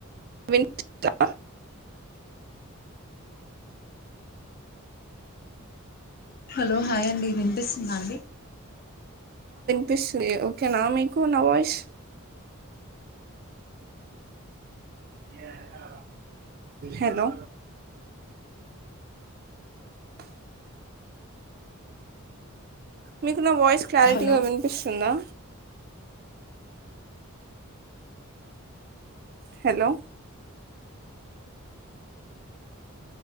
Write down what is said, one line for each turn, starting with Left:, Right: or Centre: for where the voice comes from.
Right: వినిపిస్ దా
Left: హలో హాయ్ అండి వినిపిస్తుందా అండి
Right: పిస్తుంది ఓకేనా మీకు నా వాయిస్ ఏ <unintelligible> హలో మీకు నా వాయిస్ క్లారిటీగా
Left: హలో
Right: వినిపిస్తుందా హలో